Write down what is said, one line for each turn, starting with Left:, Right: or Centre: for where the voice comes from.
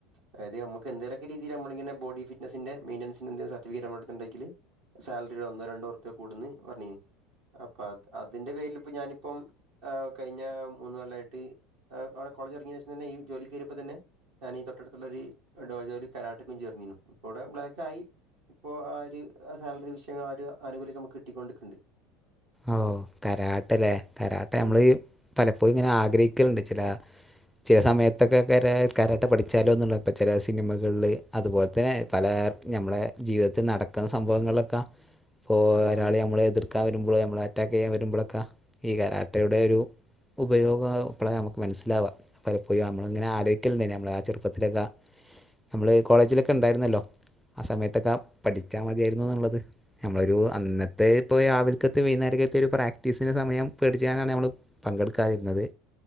Right: അതായത് അമ്മക്കെന്തലൊക്കരിതില് നമ്മളിങ്ങനെ ബോഡി ഫിറ്റ്നസിന്റെ മെയിന്റൻസ്. ൻന്തെ സർട്ടിഫിക്കറ്റ് നമ്മളട്ത് ത്ണ്ടെങ്കില് സാലറി ഒന്നോ രണ്ടോറ്പ കൂടൂന്ന് പറഞ്ഞിന്. അപ്പൊ അത് അതിന്റെ പേരിലിപ്പം ഞാനിപ്പം കഴിഞ്ഞ മൂന്നൊല്ലായിട്ട്. ആഹ് ആഹ് കോളേജ്ന്നറങ്ങിയേശന്തന്നെ ജോലികേറിയയപ്പോ തന്നെ. ഞാന് തൊട്ടട്ത്ത്ള്ളോര് ഇടോര് കരാട്ടക്കും ചേർന്നിന്നു ഇപ്പോവ്ടെ ബ്ലാക്കായി. ഇപ്പോ ആ ഒരു സാലറി വിഷയങ്ങൾ ആഹ് ഒരു ആനുകൂല്യം നമു കിട്ടിക്കൊണ്ടിക്ക്ണ്ട്
Centre: ഓ കരാട്ട്ല്ലേ കരാട്ട
Right: ഉം
Centre: മ്മള് പലപ്പോഴും ഇങ്ങനെ ആഗ്രഹിക്കല്ണ്ട് ചെല. ചില സമയത്തൊക്കെ കരാ കരാട്ട പഠിച്ചാലോന്ന്ള്ളെപ്പചെല സിനിമകളില്. അത് പോലെത്തെ പലെ ഞമ്മളെ ജീവിതത്തിൽ നടക്ക്ന്ന സംഭവങ്ങൾലൊക്കെ. പ്പോ
Right: അതെ
Centre: ഒരാള്
Right: അതെ
Centre: ഞമളെ എതിർക്കാൻ വരുമ്പോ ഞമ്മളെ അറ്റാക്കെയ്യാൻ വരുമ്പോളെക്കെ ഈ കരാട്ടയുടൊരു. ഉപയോഗം അപ്പളാ നമുക്ക് മനസ്സിലാവാം പലപ്പോഴും നമ്മളിങ്ങനെ ആലോചിക്കലുണ്ടെ നമ്മൾ ആഹ് ചെറുപ്പത്തിലൊക്ക നമ്മള് കോളേജിലൊക്കെ ഇണ്ടായിര്ന്നല്ലോ ആ സമയത്തൊക്കെ പഠിച്ചാ മതിയായ്രുന്നുന്നുള്ളത്. നമ്മളൊരു അന്നത്തെ ഇപ്പൊ രാവിലക്ക്. വൈകുന്നേരകത്തെ ഒരു പ്രാക്ടീസിന് സമയം പേടിച്ചാണ് നമ്മള് പങ്കെടുക്കാതിരുന്നത്